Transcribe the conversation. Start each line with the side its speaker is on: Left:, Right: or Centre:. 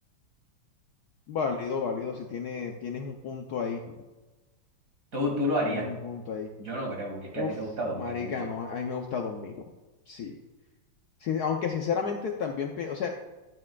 Left: Válido, válido. Si tiene, tienes un punto ahí,
Right: Tú, tú lo harías,
Left: tienes un punto ahí.
Right: yo no creo, porque es
Left: Uf,
Right: que a ti te gusta dormir
Left: marica,
Right: mucho.
Left: no, a mí me gusta dormir. Sí. Sí, aunque sinceramente también, pi- o sea,